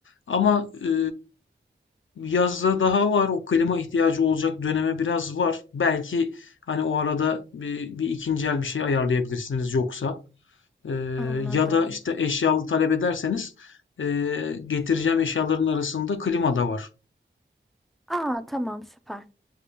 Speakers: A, on the left; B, in the centre.
A: Ama e, Yazda daha var. O klima ihtiyacı olacak döneme biraz var. Belki hani o arada bir, bir ikinci el bir şey ayarlayabilirsiniz yoksa. Ee,
B: Anladım.
A: ya da işte eşyalı talep ederseniz ee, getireceğim eşyaların arasında klima da var.
B: Aa tamam süper.